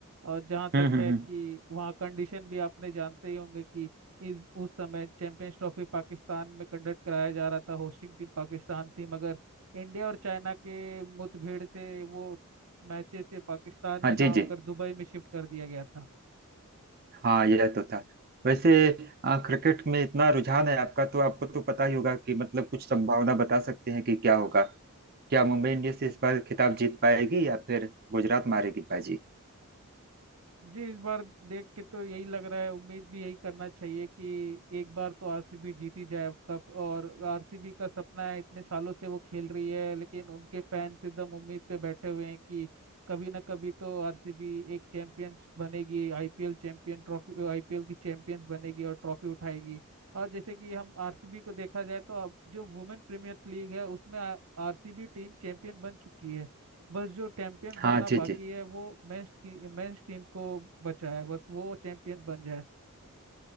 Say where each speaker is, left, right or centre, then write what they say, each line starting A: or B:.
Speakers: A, on the right; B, on the right.
A: और जहाँ
B: हम्म
A: तक
B: हम्म
A: है
B: हम्म
A: कि वहाँ कंडीशन भी आपने जानते ही होंगे कि इस उस समय चैंपियंस ट्रॉफी पाकिस्तान में कंडक्ट कराया जा रहा था होस्टिंग टीम पाकिस्तान थी मगर इंडिया और चाइना के मुठभेड़ से वो मैचेस से पाकिस्तान में
B: हाँ
A: ना
B: जी
A: होकर
B: जी
A: दुबई में शिफ्ट कर दिया गया था
B: हाँ यह तो था वैसे आ, क्रिकेट में इतना रुझान है आपका तो आपको तो पता ही होगा कि मतलब कुछ संभावना बता सकते हैं कि क्या होगा क्या मुंबई इंडियंस इस बार खिताब जीत पाएगी या फिर गुजरात मारेगी बाजी
A: जी इस बार देख के तो यही लग रहा है उम्मीद भी यही करना चाहिए कि एक बार तो आरसीबी जीत ही जाए कप और आरसीबी का सपना है इतने सालों से वो खेल रही है लेकिन उनके फैंस एकदम उम्मीद पे बैठे हुए हैं कि कभी ना कभी तो आरसीबी एक चैंपियंस बनेगी आईपीएल चैंपियन ट्रॉफी आईपीएल की चैंपियंस बनेगी और ट्रॉफी उठाएगी और जैसे कि हम आरसीबी को देखा जाए तो अब जो वुमेन प्रीमियर लीग है उसमें आरसीबी टीम चैंपियन बन चुकी है बस जो चैंपियन बनना
B: हाँ जी
A: बाकी
B: जी
A: है वो मेंस की मेंस टीम को बचा है बस वो चैंपियन बन जाए